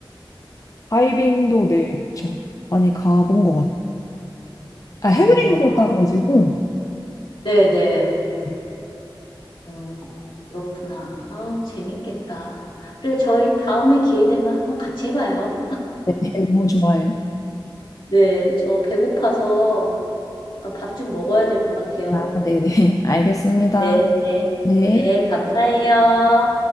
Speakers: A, on the left; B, on the left.
A: 다이빙도
B: 음,
A: 네, 그쵸. 많이 가본 것 같아요. 아,
B: 아,
A: 해외에서 따가지고,
B: 네네.
A: 네.
B: 음, 그렇구나. 아, 재밌겠다. 그리고 저희 다음에 기회 되면 한번 같이 해봐요.
A: 네, 너무 좋아해요.
B: 네, 저 배고파서 그러니까 밥좀 먹어야 될 것 같아요.
A: 아, 네네. <laughs> 알겠습니다.
B: 네, 네,
A: 네.
B: 네, 감사해요.